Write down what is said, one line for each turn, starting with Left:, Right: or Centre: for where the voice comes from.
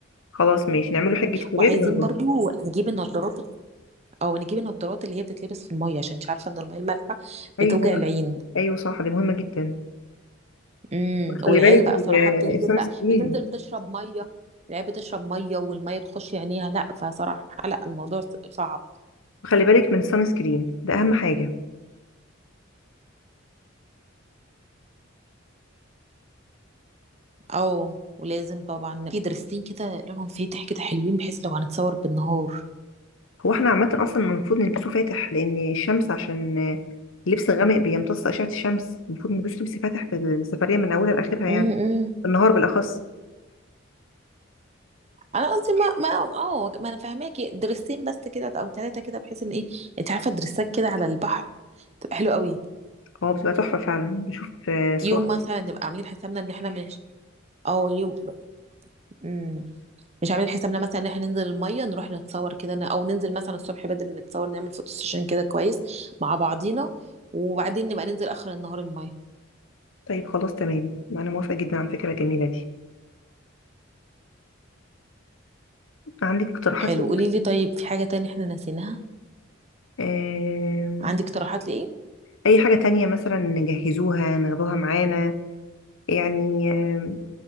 Left: خلاص ماشي نعمله حجه ولاد
Right: وعايزين
Left: ونروح
Right: برضو نجيب النضارات او نجيب النضارات اللي هي بتتلبس في الميه عشان انت عارفه ان الميه المالحه
Left: ايوه
Right: بتوجع العين
Left: ايوه صح دي مهمه جدا
Right: امم
Left: وخلي
Right: والعيال
Left: بالك
Right: بقى
Left: ال-
Right: صراحه بتنزل
Left: السان
Right: بقى
Left: سكرين
Right: بتنزل بتشرب ميه العيال بتشرب ميه والميه بتخش عينيها لا فصراحه لا الموضوع ص- صعب
Left: وخلي بالك من السان سكرين ده اهم حاجه
Right: او ولازم طبعا في درستين كده لونهم فاتح كده حلوين بحيث لو هنتصور بالنهار
Left: هو احنا عامه اصلا المفروض نلبسه فاتح لان الشمس عشان اللبس الغامق بيمتص اشعه الشمس المفروض نلبسه لبس فاتح في السفريه من اولها لاخرها يعني
Right: امم امم.
Left: النهار بالاخص
Right: انا قصدي ما ما اه ما انا فاهماكي درستين بس كده او ثلاثه كده بحيث ان ايه انت عارفه درسات كده على البحر تبقى حلوه قوي
Left: هو بتبقى تحفه فعلا بشوف آه، صور
Right: يوم مثلا نبقى عاملين حسابنا ان احنا مش او يوم مم. مش عاملين حسابنا مثلا ان احنا ننزل الميه نروح نتصور كده ن- او ننزل مثلا الصبح بدري نتصور نعمل فوتو سيشن كده كويس مع بعضينا وبعدين نبقى ننزل اخر النهار الميه
Left: طيب خلاص تمام انا موافقة جدا على الفكرة الجميلة دي عندك اقتراحات
Right: طيب حلو
Left: لي
Right: قولي لي طيب في حاجه تانية احنا ناسينها
Left: آم،
Right: عندك اقتراحات لايه
Left: اي حاجة تانية مثلا نجهزوها ناخدوها معانا يعني آم،